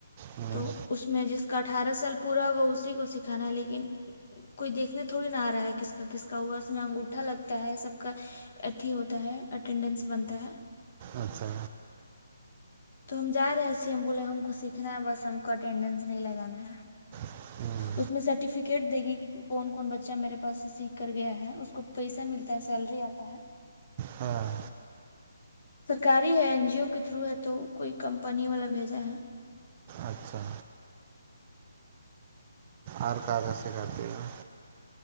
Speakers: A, on the right; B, on the left.
A: ہوں
B: تو اس میں جس کا اٹھارہ سال پورا ہوگا اسی کو سکھانا لیکن کوئی دیکھنے تھوڑی نہ آ رہا ہے کس کا کس کا ہوا اس میں انگوٹھا لگتا ہے سب کا اھی ہوتا ہے اٹینڈنس بنتا ہے
A: اچھا
B: تو ہم جا رہے ہیں سیم بولے ہم کو سیکھنا ہے بس ہم کو اٹینڈینس نہیں لگانا ہے
A: <unintelligible>
B: اس میں سرٹیفکیٹ دے گی کہ کون کون بچہ میرے پاس سے سیکھ کر گیا ہے اس کو پیسہ ملتا ہے سیلری آتا ہے
A: ہاں
B: سرکاری ہے این جی او کے تھرو ہے تو کوئی کمپنی والا بھیجا ہے
A: اچھا اور کاغذ سکھاتی ہے